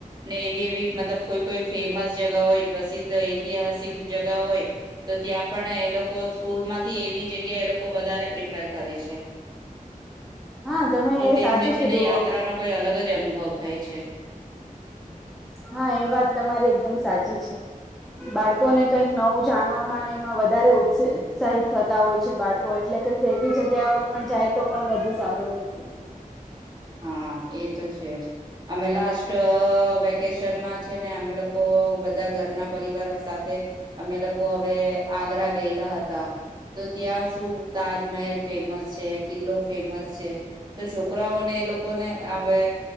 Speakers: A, on the right; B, in the centre.
A: ને એવી એવી મતલબ કોઈ કોઈ ફેમસ જગા હોય પ્રસિદ્ધ ઐતિહાસિક જ હોય તો ત્યાં પણ એ લોકો સ્કૂલ માંથી એવી જગ્યા એ લોકો વધારે પ્રિફર કરે છે
B: હા, તમે
A: તો
B: એ
A: તેમને
B: સાચું
A: છે
B: કીધું
A: ને યાત્રાનો
B: હો
A: કોઈ અલગ જ અનુભવ થાય છે
B: હા, એ વાત તમારી એકદમ સાચી છે, બાળકોને કઈક નવું જાણવામાં એમાં વધારે ઉત્સાહિત થતા હોય છે, બાળકો એટલે કઈક એવી જગ્યાઓપણ જાય તો પણ વધુ સારું રહેશે
A: હા, એ તો છે જ અમે લાસ્ટ વેકેશનમાં છે ને અમે લોકો બધા ઘરના પરિવાર સાથે અમે લોકો હવે આગ્રા ગયેલા હતા, તો ત્યાં શું તાજમહેલ ફેમસ છે, કિલ્લો ફેમસ છે, તો છોકરાઓને લોકોને હવે